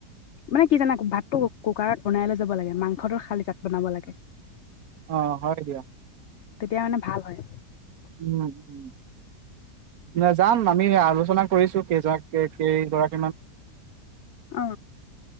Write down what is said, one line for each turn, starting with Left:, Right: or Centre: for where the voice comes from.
Left: মানে, কি জানা, ভাতটো কুকাৰত বনাই লৈ যাব লাগে। মাংসটো খালী তাত বনাব লাগে
Right: অ', হয় দিয়া।
Left: তেতিয়া, মানে, ভাল হয়।
Right: উম, উম। নাই, যাম। আমি আলোচনা কৰিছোঁ কেইজাক, কেইগৰাক
Left: উ